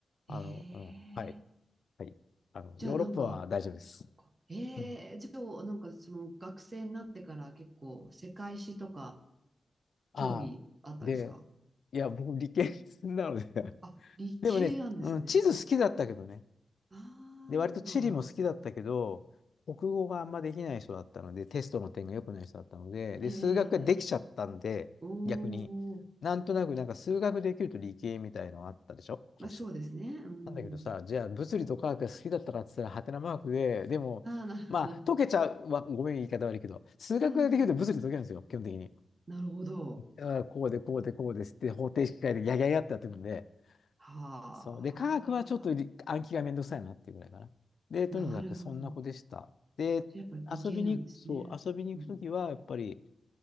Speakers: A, on the left; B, on the right.
A: あの、
B: ーええ
A: うん、はい、はい。あの、
B: じゃあなんか、
A: ヨーロッパは大丈夫です。
B: そっか。ええじゃあなんかその学生になってから結構世界史とか
A: うん、ああ、
B: 興味あったんですか
A: で、いや、僕、理系なので <laughs>
B: あ、理系なんですね。
A: でもね、うん、地図好きだったけどね。
B: ああ、
A: で、割と地理も好きだったけど、国語があんまできない人だったので、テストの点が良くない人だったので、で、
B: ええ
A: 数学ができちゃったんで、
B: おお
A: 逆に、なんとなくなんか数学できると理系みたいのがあったでしょ昔。
B: まあそうですね。うん。
A: なんだけどさ、じゃあ物理と科学が好きだったかっつったら、はてなマークで、でも、
B: ああ、なるほど。
A: まあ、解けちゃう、わごめん、言い方悪いけど、数学ができると物理解けるんですよ、
B: <laughs> うん
A: 基本的に。
B: なるほど。
A: あーこうで、こうで、こうですって、方程式変えて、やややってやってくんで、
B: はあ、
A: そう。で、科学はちょっとり暗記がめんどくさいなっていうぐらいかな。で、とにかくそんな子でした。
B: なるほど。
A: で、
B: じゃあやっぱ理系なんですね。
A: 遊びに、そう、遊びに行くときは、
B: うん、
A: やっぱり、